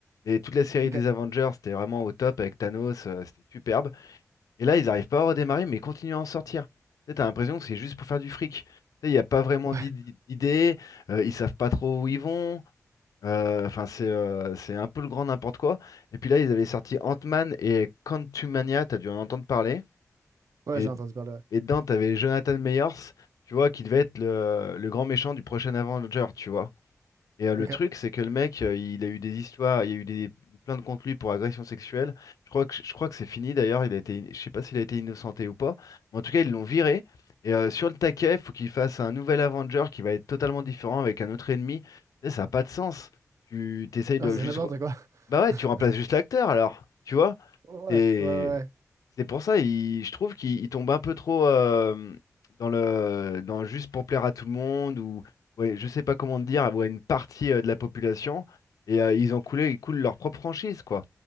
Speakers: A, on the left; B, on the right.
A: Et toute la série
B: OK.
A: des Avengers, c'était vraiment au top avec Thanos, euh, c'était superbe. Et là, ils n'arrivent pas à redémarrer, mais ils continuent à en sortir. Tu sais, t'as l'impression que c'est juste pour faire du fric. Tu sais, il n'y a pas vraiment
B: Ouais,
A: d'id- d'idée, euh, ils savent pas trop où ils vont. euh, Enfin, c'est euh, c'est un peu le grand n'importe quoi. Et puis là, ils avaient sorti Ant-Man et Quantumania, t'as dû en entendre parler.
B: ouais,
A: Et,
B: j'ai entendu parler. ouais.
A: et dedans, t'avais Jonathan Meyers, tu vois, qui devait être le, le grand méchant du prochain Avenger, tu vois. Et euh, le
B: OK.
A: truc, c'est que le mec, euh, il a eu des histoires, il y a eu des plaintes contre lui pour agression sexuelle. Je crois que, je crois que c'est fini d'ailleurs, il a été, je sais pas s'il a été innocenté ou pas, mais en tout cas, ils l'ont viré. Et euh, sur le taquet, il faut qu'il fasse un nouvel Avenger qui va être totalement différent avec un autre ennemi. Tu sais, ça n'a pas de sens. Tu t'essayes
B: Ah,
A: de
B: c'est
A: juste
B: n'importe quoi.
A: bah ouais,
B: <laughs>
A: tu remplaces juste l'acteur alors, tu vois?
B: Ouais,
A: T'es-
B: ouais, ouais.
A: C'est pour ça, il- je trouve qu'il il tombe un peu trop euh, dans le dans juste pour plaire à tout le monde ou ouais, je sais pas comment te dire, ou à une partie euh, de la population et euh, ils ont coulé, ils coulent leur propre franchise quoi.